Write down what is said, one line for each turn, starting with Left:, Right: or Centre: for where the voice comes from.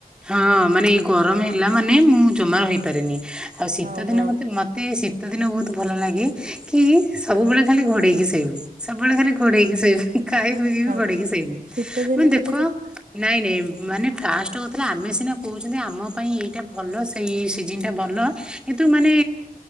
Centre: ହଁ ମାନେ ଏଇ ଗରମ ହେଲା ମାନେ ମୁଁ ଜମା ରହିପାରନି। ଆଉ ଶୀତଦିନ
Right: ହଁ ହଁ
Centre: ମତେ ମତେ ଶୀତ ଶୀତ ଦିନ ବହୁତ ଭଲ ଲାଗେ କି ସବୁବେଳେ ଖାଲି ଘୋଡେଇକି ବୁ ସବୁବେଳେ ଘରେ ଘୋଡେଇକି ଶୋଇବୁ ଖାଇ ପିଇ
Right: ହଁ
Centre: ବି ଘୋଡେଇକି ଶୋଇବୁ
Right: ଶୀତ ଦିନ
Centre: ମୁ ଦେଖ
Right: ପଛେ
Centre: ନ ନାଇଁ ମାନେ ଫା କ ଆମେ ସିନା କହୁଛନ୍ତି ଆମ ପାଇଁ ଏଇଟା ଭଲ ସେଇ। ସେ ଜିନ ଟା ଭଲ। କିନ୍ତୁ ମାନେ